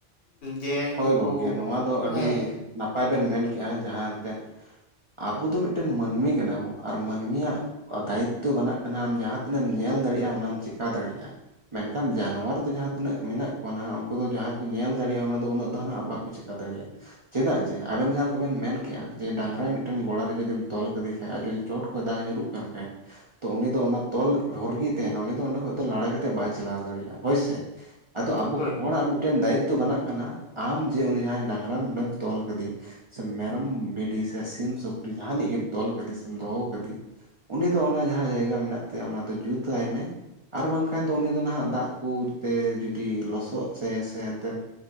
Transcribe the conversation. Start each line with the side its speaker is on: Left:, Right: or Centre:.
Left: ᱡᱮ
Right: ᱦᱳᱭ
Left: ᱱᱩᱠᱩ
Right: ᱜᱚᱝᱠᱮ ᱱᱚᱣᱟ ᱫᱚ ᱟᱹᱰᱤ
Left: ᱦᱮᱸ
Right: ᱱᱟᱯᱟᱭ ᱵᱮᱱ ᱢᱮᱱ ᱠᱮᱜᱼᱟ ᱡᱟᱦᱟᱸ ᱮᱱᱛᱮᱜ ᱟᱵᱚ ᱫᱚ ᱢᱤᱫᱴᱮᱱ ᱢᱟᱹᱱᱢᱤ ᱠᱟᱱᱟ ᱵᱚᱱ ᱟᱨ ᱢᱟᱹᱱᱢᱤᱭᱟᱜ ᱫᱟᱭᱤᱛᱛᱚ ᱵᱟᱱ ᱱᱟᱜ ᱠᱟᱱᱟ ᱟᱢ ᱡᱟᱦᱟᱸ ᱛᱤᱱᱟᱹᱜ ᱮᱢ ᱧᱮᱞ ᱫᱟᱲᱮᱭᱟᱜᱼᱟ ᱚᱱᱟᱢ ᱪᱮᱠᱟ ᱫᱟᱲᱮᱭᱟᱜᱼᱟ, ᱢᱮᱱᱠᱷᱟᱱ ᱡᱟᱱᱣᱟᱨ ᱫᱚ ᱡᱟᱦᱟᱸ ᱛᱤᱱᱟᱹᱜ ᱢᱮᱱᱟᱜ ᱠᱚᱣᱟ ᱱᱟᱦᱟᱜ ᱩᱱᱠᱩ ᱫᱚ ᱡᱟᱦᱟᱸᱭ ᱠᱚ ᱧᱮᱞ ᱫᱟᱲᱮᱭᱟᱜᱼᱟ ᱚᱱᱟ ᱩᱱᱟᱹᱜ ᱫᱚᱜ ᱦᱟ ᱵᱟᱠᱚ ᱪᱮᱠᱟᱹ ᱫᱟᱲᱮᱭᱟᱜᱼᱟ᱾ ᱪᱮᱫᱟᱜ ᱡᱮ ᱟᱵᱮᱱ ᱡᱟᱦᱟᱸ ᱞᱮᱠᱟ ᱵᱮᱱ ᱢᱮᱱ ᱠᱮᱜᱼᱟ ᱡᱮ ᱰᱟᱝᱨᱟ ᱢᱤᱫᱴᱮᱱ ᱜᱚᱲᱟ ᱨᱮ ᱡᱩᱫᱤᱢ ᱛᱚᱞ ᱠᱮᱫᱫᱮ ᱠᱷᱟᱡ ᱟᱨ ᱡᱩᱫᱤ ᱪᱚᱴ ᱠᱷᱚᱡ ᱫᱟᱜ ᱧᱩᱨᱩᱜᱼᱟ ᱦ <unintelligible> ᱛᱚ ᱩᱱᱤ ᱫᱚ ᱚᱱᱟ ᱛᱚᱞ ᱨᱚᱨ ᱜᱮᱭ ᱛᱟᱦᱮᱱᱟ ᱩᱱᱤ ᱫᱚ ᱚᱸ ᱫᱚ ᱞᱟᱲᱟ ᱠᱟᱛᱮ ᱵᱟᱭ ᱪᱟᱞᱟᱣ ᱫᱟᱲᱮᱭᱟᱜᱼᱟ ᱦᱳᱭ ᱥᱮ ᱟᱫᱚ ᱟᱵᱚ
Left: ᱦᱳᱭ
Right: ᱦᱚᱲᱟᱜ
Left: ᱦᱳᱭ
Right: ᱢᱤᱫᱴᱮᱱ ᱫᱟᱭᱤᱛᱛᱚ ᱵᱮᱱᱟᱜ ᱠᱟᱱᱟ᱾ ᱟᱢ ᱡᱮ ᱩᱱᱤ ᱡᱟᱦᱟᱸᱭ ᱰᱟᱝᱨᱟᱢ ᱚᱸᱰᱮᱢ ᱛᱚᱞ ᱠᱮᱫᱮ ᱥᱮ ᱢᱮᱨᱚᱢ ᱵᱷᱤᱰᱤ ᱥᱮ ᱥᱤᱢ ᱥᱩᱠᱨᱤ ᱡᱟᱦᱟᱱᱤᱡ ᱜᱮᱢ ᱛᱚᱞ ᱠᱮᱫᱮ ᱥᱮᱢ ᱫᱚᱦᱚ ᱠᱟᱫᱮ ᱩᱱᱤ ᱫᱚ ᱚᱱᱟ ᱡᱟᱦᱟᱸ ᱡᱟᱭᱜᱟ ᱢᱮᱱᱟᱜ ᱛᱟᱭᱟ ᱚᱱᱟ ᱫᱚ ᱡᱩᱛ ᱟᱭ ᱢᱮ ᱟᱨ ᱵᱟᱝᱠᱷᱟᱱ ᱫᱚ ᱩᱱᱤ ᱫᱚ ᱱᱟᱦᱟᱜ ᱫᱟᱜ ᱠᱚ ᱛᱮ ᱡᱩᱫᱤ ᱞᱚᱥᱚᱫ ᱥᱮ ᱥᱮ ᱮᱱ ᱛᱮᱫ